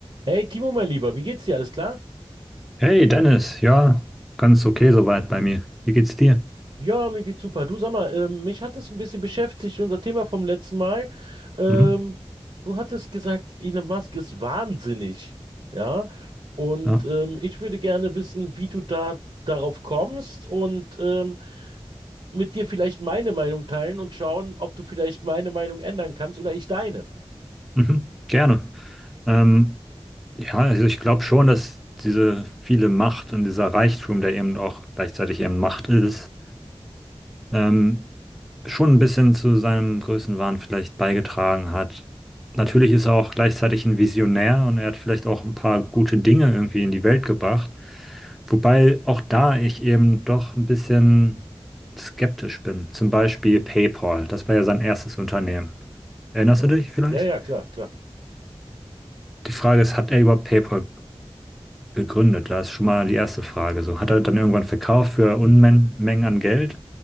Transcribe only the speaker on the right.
Hey Timo, mein Lieber, wie geht's dir? Alles klar?
Ja, mir geht's super. Du sag mal, ähm, mich hat es ein bisschen beschäftigt, unser Thema vom letzten Mal. Ähm,
du hattest gesagt, Elon Musk ist wahnsinnig. Ja, und
ähm, ich würde gerne wissen, wie du da darauf kommst und ähm, mit dir vielleicht meine Meinung teilen und schauen, ob du vielleicht meine Meinung ändern kannst oder ich deine.
Ja,
ja, ja, klar, klar.